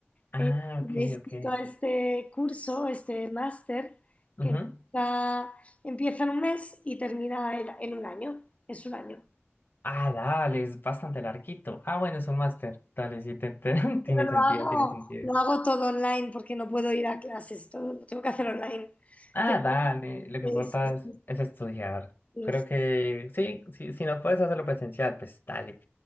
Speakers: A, on the left; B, on the left.
A: Ah,
B: Eh, me
A: ok,
B: he inscrito
A: ok.
B: a este curso, este máster,
A: Ujú.
B: que empieza, empieza en un mes y termina en, en un año. Es un año.
A: Ah, dale, es bastante larguito. Ah, bueno, es un máster. Dale, sí, te, te- <laughs> tiene
B: Pero
A: sentido,
B: lo hago,
A: tiene sentido.
B: lo hago todo online porque no puedo ir a clases, todo lo tengo que hacer online.
A: Ah,
B: Pero
A: dale, lo que
B: sí,
A: importa
B: sí,
A: es,
B: sí,
A: es estudiar.
B: sí,
A: Creo
B: sí.
A: que sí, sí, si no puedes hacerlo presencial, pues dale.